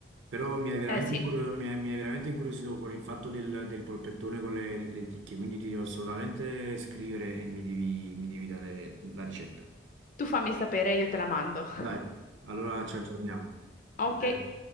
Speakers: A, on the right; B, on the left.
A: Però mi hai veramente,
B: Eh sì,
A: incurio- mi hai- mi hai veramente incuriosito con il fatto del, del polpettone con le lenticchie, quindi ti devo assolutamente scrivere e mi devi, mi devi dare la ricetta.
B: tu fammi sapere, io te la mando.
A: Dai, allora ci aggiorniamo.
B: Ok.
A: Va bene?